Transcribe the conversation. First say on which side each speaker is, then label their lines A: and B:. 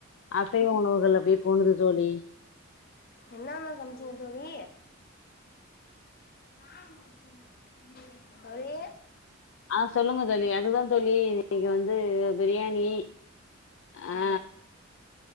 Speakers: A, on the left; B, on the left.
A: அசைவ உணவுகள் அப்டே போனது தோழி
B: என்னன்ன சமச்சீங்க தோழி <unintelligible> தோழி
A: ஆ சொல்லுங்க தோழி அதுதா தோழி இன்னைக்கி வந்து பிரியாணி ஆ
B: ம்